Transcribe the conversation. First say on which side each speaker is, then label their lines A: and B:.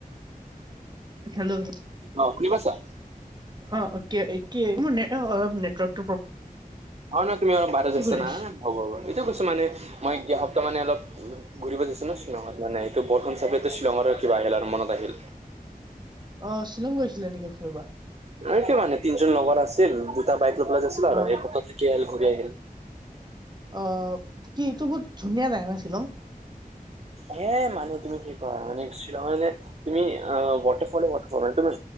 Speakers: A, on the right; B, on the right.
A: হেল্ল'!
B: অ', কি কৈছা?
A: অ', কে কি মোৰ নে অলপ নে নেটৱৰ্ক।
B: অ', ন তুমি অলপ বাইৰে
A: কি
B: জাইচ‌
A: কৰি
B: না?
A: আছা?
B: হ'ব হ'ব। এইটো কৈছো মানে, মই যোৱা সপ্তাহ মানে অলপ ঘূৰিব যাইছো ন শ্বিলঙত। মানে ত' বৰষন চাই <unintelligible> শ্বিলঙৰ কিবা আহিল আৰু মনত আহিল।
A: অ', শ্বিলং গৈছিলে নেকি ফুৰিবা?
B: আইছে মানে, তিনজন লগৰ আছিল দুটা বাইক লৈ পেলাই গেছলো আৰু,
A: অ',
B: এক সপ্তাহ থাকি আহিল ঘূৰি আহিল।
A: অ', কি ইটো বহুত ধুনীয়া জাগা ন শ্বিলঙ?
B: হে, মানু তুমি কি কোৱা? মানে শ্বিলঙলে তুমি আ, ৱাটাৰ ফলে ৱাটাৰ ফল। তুমি